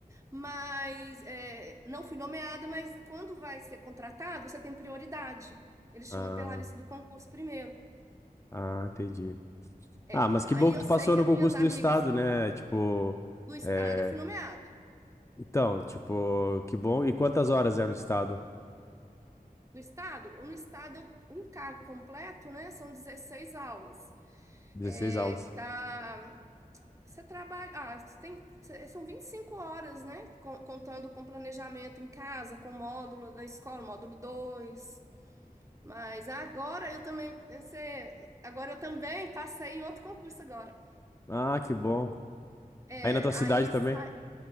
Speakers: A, on the right; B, on the left.
A: mas é, não fui nomeada, mas quando vai ser contratado, você tem prioridade. Eles
B: Ah,
A: chamam pela lista do concurso primeiro.
B: ah, entendi.
A: É.
B: Ah, mas que
A: Aí
B: bom que
A: eu
B: tu
A: sei
B: passou
A: que
B: no
A: as
B: concurso
A: minhas amigas
B: do estado, né? Tipo,
A: do estado,
B: é,
A: eu fui nomeada.
B: então, tipo, que bom. E quantas horas é no estado?
A: No estado, no estado, eu- um cargo completo, né? São 16 aulas.
B: 16
A: É,
B: aulas.
A: dá, você trabalha, ah, você tem, cê- são 25 horas, né? Com- Contando com planejamento em casa, com módulo da escola, módulo 2. Mas agora eu também, você, agora eu também passei em outro concurso agora.
B: Ah, que bom.
A: É,
B: Aí na tua cidade
A: aí,
B: também?
A: sa-